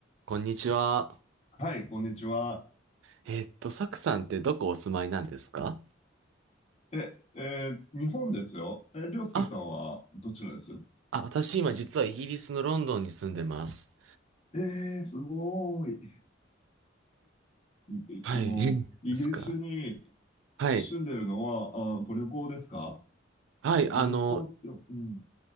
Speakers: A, on the right; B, on the left.
A: こんにちは。
B: はい、こんにちは。
A: えーっと、サクさんってどこお住まいなんですか
B: え、えー日本ですよ。え、りょうすけさんはどちらですよ
A: あ、あ、私今実はイギリスのロンドンに住んでます。
B: えー、すごーい。え、その、
A: はい。<laughs>
B: イギリスに
A: ですかはい。
B: 住んでるのは、あ、ご旅行ですか
A: はい。
B: ご旅行って、
A: あの、
B: うん。